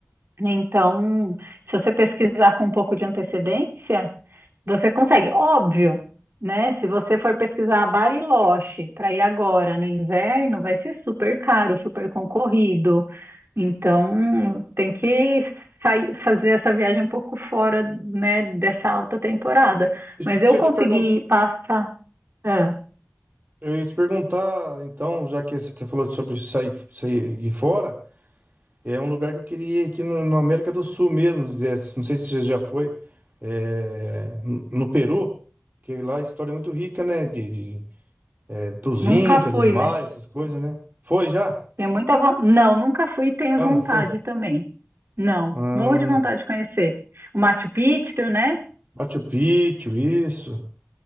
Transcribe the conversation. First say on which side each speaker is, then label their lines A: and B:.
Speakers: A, on the right; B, on the right.
A: Então, se você pesquisar com um pouco de antecedência, você consegue. Óbvio, né? Se você for pesquisar Bariloche para ir agora no inverno, vai ser super caro, super concorrido. Então, tem que sair- fazer essa viagem um pouco fora, né, dessa alta temporada.
B: Deixa
A: Mas eu consegui
B: eu te perguntar.
A: passar. ah,
B: Eu ia te perguntar, então, já que você falou sobre sair, sair de fora, é um lugar que eu queria ir aqui no, no América do Sul mesmo. é, Não sei se você já foi, é, no no Peru, que lá a história é muito rica, né? De, de- é, dos
A: nunca
B: Incas,
A: fui,
B: dos Maias,
A: mas.
B: essas coisas, né? Foi já?
A: Tenho muita vontade. Não, nunca fui e tenho
B: Ah,
A: vontade
B: não foi?
A: também. Não,
B: Hum,
A: morro de vontade de conhecer. O Machu Picchu, né?
B: Machu Picchu, isso.